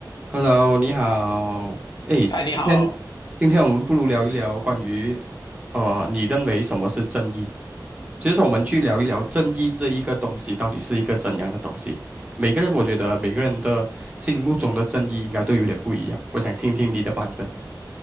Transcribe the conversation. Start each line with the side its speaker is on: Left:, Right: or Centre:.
Right: Hello，你好。哎，
Left: 哎，你好，
Right: 今天今天我们不如聊一聊关于，呃，你认为什么是正义？其实说我们去聊一聊正义这一个东西到底是一个怎样的东西。每个人，我觉得每个人的心目中的正义应该都有点不一样。我想听听你的版本。